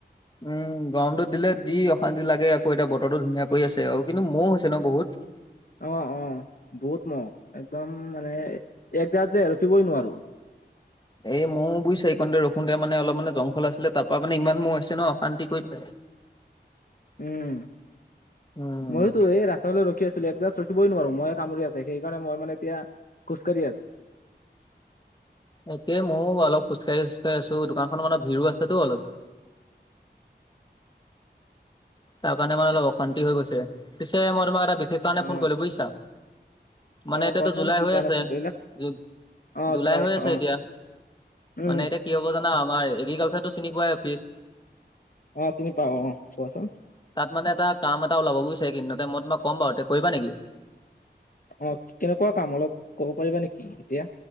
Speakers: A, on the left; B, on the left.
A: উম, গৰমতো দিলে যি অশান্তি লাগে আকৌ এতিয়া বতৰটো ধুনীয়া কৰি আছে আও, কিন্তু মহ হৈছে ন বহুত।
B: অ', অ', বহুত মহ, একদম মানে <unintelligible> যে ৰখিবই নোৱাৰো।
A: এই ময়ো বুইছে, এইকণতে ৰখোতে মানে অলপ মানে জংঘল আছিলে তাপা মানে ইমান মহ আহিছে ন, অশান্তি কৰি <inaudible>
B: উম,
A: উম
B: মইওটো এই ৰা ফালে ৰখি আছিলো, একজেগাত ৰখিবই নোৱাৰো মহে কামুৰি আছে, সেইকাৰনে মই মানে এতিয়া খোজকাঢ়ি আছো।
A: একে মইও অলপ খোজকাঢ়ি চোজকাঢ়ি আছো, দোকানখনৰ মানে ভিৰো আছেতো অলপ। তাৰ কাৰণে মানে অলপ অশান্তি হৈ গৈছে, পিছে মই তোমাক এটা বিশেষ কাৰণে
B: অ
A: ফোন কৰিলো বুইছা। মানে
B: অ
A: এতিয়াতো
B: কোৱাচোন
A: জুলাই
B: কি
A: হৈ
B: কাৰণে
A: আছে,
B: ফোন কৰিলা
A: জু
B: অ
A: জুলাই হৈ আছে
B: অ
A: এতিয়া।
B: উম।
A: মানে এতিয়া কি হ'ব জানা আমাৰ, এগ্ৰিকালচাৰটো চিনি পোৱাই অফিচ।
B: অ', চিনি পাও অ', অ', কোৱাচোন।
A: তাত মানে এটা কাম এটা ওলাব বুইছা এইকিদিনতে, মই তোমাক ক'ম বাৰু তে কৰিবা নেকি।
B: অ', কেনেকুৱা কাম অলপ ক'ব পাৰিবা নেকি এতিয়া।